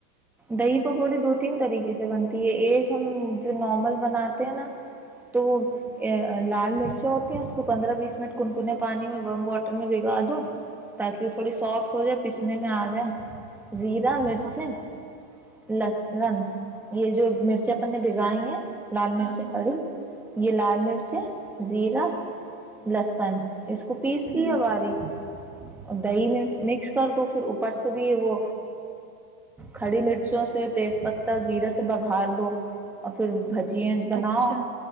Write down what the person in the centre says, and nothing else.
دہ <unintelligible> پکوڑی دو تین طریقے سے بنتی ہے ایک ہم جو نارمل بناتے ہیں نا تو وہ لال مرچیں ہوتی ہیں اس کو پندرہ بیس منٹ کنکنے پانی میں بم واٹر میں بگا دو <unintelligible> تاکہ وہ تھوڑی سافٹ ہو جائے پسنے میں آ جائے <unintelligible> زیرہ مرچیں
<unintelligible> لسن یہ جو مرچی اپ نے بھگائی ہیں <unintelligible> لال
مرچ
کڑھی
<unintelligible> یہ لال مرچیں زیرہ لہسن اس کو <unintelligible> حپیس
کی آواری <unintelligible> ا د ہی میں <unintelligible> مکس کر دو پھر اوپر سے بھی وہ کھڑی مرچوں سے <unintelligible> تیز پتہ زیرہ سے بگھار دو اور پھر <unintelligible> جی بناؤ